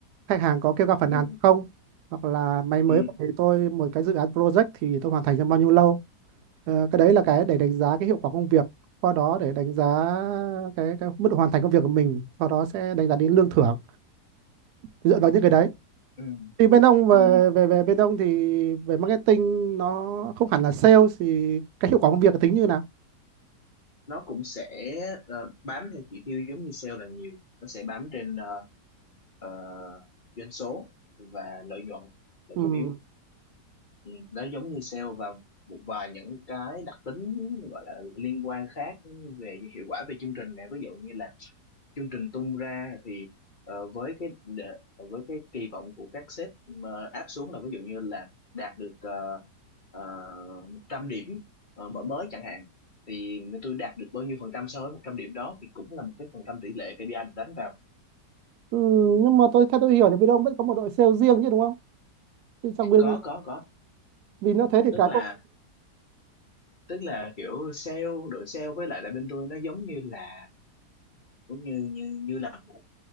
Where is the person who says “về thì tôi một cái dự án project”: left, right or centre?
Right